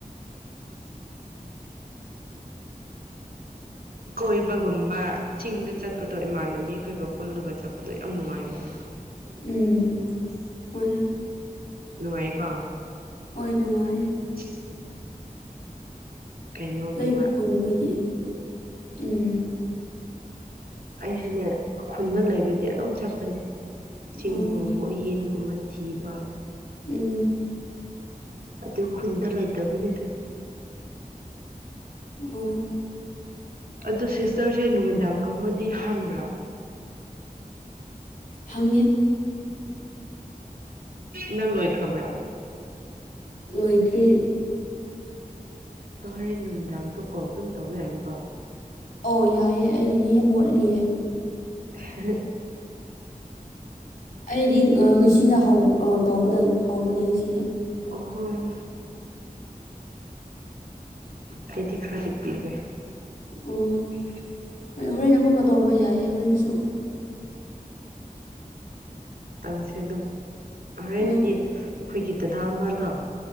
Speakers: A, on the right (about 85°); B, on the left (about 75°).
A: ꯀꯣꯏꯕꯒꯨꯝꯕ ꯆꯤꯡꯗ ꯆꯠꯄꯗꯣ ꯏꯃꯥꯟꯅꯕꯤ ꯈꯣꯏꯒ ꯄꯨꯜꯂꯒ ꯆꯠꯄꯗꯣ ꯌꯥꯝ ꯅꯨꯡꯉꯥꯏꯕꯅꯤ
B: ꯎꯝ ꯍꯣꯏ
A: ꯅꯨꯡꯉꯥꯏꯌꯦꯀꯣ
B: ꯍꯣꯏ ꯅꯨꯡꯉꯥꯏꯌꯦ
A: <unintelligible> ꯀꯩꯅꯣꯒꯨꯝꯕ
B: ꯂꯩ ꯄꯨꯟꯕꯒꯤ ꯎꯝ
A: ꯑꯩꯁꯨꯅꯦ ꯈꯨꯟꯗ ꯂꯩꯕꯗꯤ ꯑꯗꯨꯝ ꯆꯠꯄꯅꯦ ꯆꯤꯡꯗꯒꯨꯝꯕ
B: ꯑꯣ
A: ꯎꯌꯦꯟꯒꯨꯝꯕ ꯊꯤꯕ
B: ꯎꯝ
A: ꯑꯗꯨ ꯈꯨꯟꯗ ꯂꯩꯇꯕꯅꯤꯗ
B: ꯑꯣ
A: ꯑꯗꯨ ꯁꯤꯁꯇꯔꯁꯦ ꯅꯨꯃꯤꯗꯥꯡꯒꯨꯝꯗꯤ ꯍꯥꯡꯕ꯭ꯔꯥ
B: ꯍꯪꯉꯦ
A: ꯅꯪ ꯂꯣꯏꯈ꯭ꯔꯕ꯭ꯔꯥ
B: ꯂꯣꯏꯗ꯭ꯔꯤ
A: ꯗꯣ ꯍꯣꯔꯦꯟ ꯅꯨꯡꯗꯥꯡꯗꯣ ꯀꯣꯜ ꯑꯗꯨꯝ ꯇꯧꯕꯌꯅꯤꯀꯣ
B: ꯑꯧ ꯌꯥꯏꯌꯦ ꯑꯩꯒꯤꯗꯤ ꯌꯥꯝ ꯋꯥꯠꯂꯤꯌꯦ
A: <unintelligible>
B: ꯑꯩꯗꯤ ꯉꯁꯤꯅ ꯇꯧꯕꯗ ꯍꯧꯕꯅꯤ ꯉꯁꯤꯅ
A: ꯑꯍꯨꯝ ꯑꯩꯗꯤ ꯈꯔꯗ ꯄꯤꯔ
B: ꯑꯣ ꯍꯣꯏ ꯍꯣꯔꯦꯟ ꯑꯃꯨꯛꯀ ꯇꯧꯕ ꯌꯥꯏꯌꯦ ꯍꯣꯔꯦꯟꯁꯨ
A: ꯇꯧꯁꯦ ꯑꯗꯨꯝ ꯍꯣꯔꯦꯟꯗꯤ
B: ꯍꯣꯏ
A: ꯑꯩꯈꯣꯏꯒꯤ ꯗꯗꯥ ꯑꯃꯗꯣ